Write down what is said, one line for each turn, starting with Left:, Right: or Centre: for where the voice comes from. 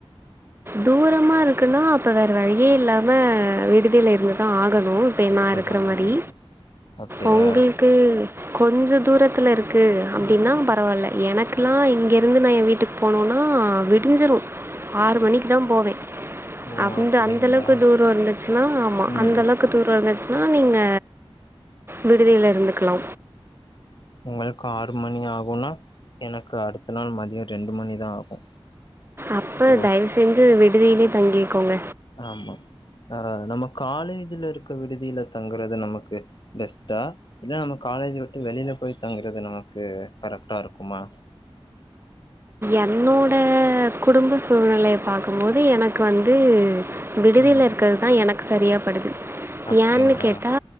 Right: தூரமா இருக்குன்னா அப்ப வேற வழியே இல்லாம விடுதியில இருந்து தா ஆகணு பெண்ணா
Left: இருந்துதா
Right: இருக்குற மாரி
Left: ஆகணு அப்டியா
Right: ஒங்ளுக்கு கொஞ்ச தூரத்துல இருக்கு அப்டின்னா பரவாயில்ல எனக்குல்லா இங்க இருந்து நா ஏ வீட்டுக் போனோன்னா விடிஞ்சிரு ஆறு மணிக்கு தா போவே
Left: ஓ
Right: அந்த
Left: அப்டிங்களா
Right: அந்த அளவுக்கு தூர இருந்துச்சுன்னா ஆமா
Left: ம்
Right: அந்த அளவு க்கு தூர வந்துச்சுன்னா நீங்க விடுதில இருந்துக்கலா
Left: உங்களுக்கு ஆறு மணி ஆகுனா எனக்கு அடுத்த நாள் மதியோ ரெண்டு மணி தா ஆகு
Right: அப்ப
Left: சோ
Right: தயவு செஞ்சு விடுதிலயே தங்கிக்கோங்க
Left: ஆமா ஆ நம்ம காலேஜ்ல இருக்க விடுதியில தங்குறது நமக்கு பெஸ்ட்டா இல்ல நம்ம காலேஜ் விட்டு வெளியில போய் தங்குறது நமக்கு கரெக்ட்டா இருக்குமா
Right: என்னோட குடும்ப சூழ்நிலைய பாக்கும்போது எனக்கு வந்து விடுதில
Left: ம்
Right: இருக்கதுதா எனக்கு சரியாபடுது
Left: அப்டிங்களா
Right: யானு கேட்டா